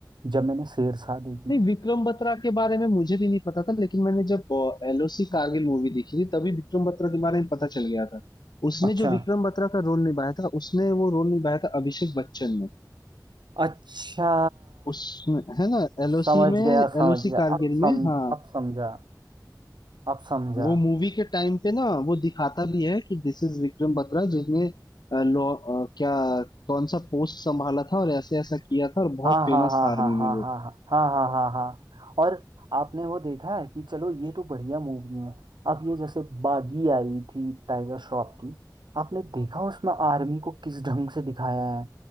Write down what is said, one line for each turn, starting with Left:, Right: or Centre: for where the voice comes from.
Right: जब मैंने शेरशाह देखी
Left: नहीं विक्रम बत्रा के बारे में मुझे भी नहीं पता था लेकिन मैंने जब एलओसी कारगिल मूवी देखी थी तभी विक्रम बत्रा के बारे में पता चल गया था उसमें
Right: अच्छा
Left: जो विक्रम बत्रा का रोल निभाया था उसने वो रोल निभाया था अभिषेक बच्चन ने
Right: अच्छा
Left: उसमें है ना एलओसी
Right: समझ
Left: में
Right: गया समझ
Left: एलओसी
Right: गया
Left: कारगिल
Right: अब सम
Left: में हाँ
Right: अब समझा अब समझा
Left: वो मूवी के टाइम पे ना वो दिखाता भी है कि दिस इज विक्रम बत्रा जिसने अ, लॉ अ, क्या कौन सा पोस्ट संभाला था और ऐसे ऐसा किया था और बहुत
Right: हाँ हाँ
Left: फेमस
Right: हाँ
Left: था आर्मी
Right: हाँ हाँ
Left: में वो
Right: हाँ हाँ हाँ हाँ हाँ हाँ और आपने वो देखा है कि चलो ये तो बढ़िया मूवी है अब ये जैसे बागी आई थी टाइगर श्रॉफ की आपने देखा उसमें आर्मी को किस ढंग से दिखाया है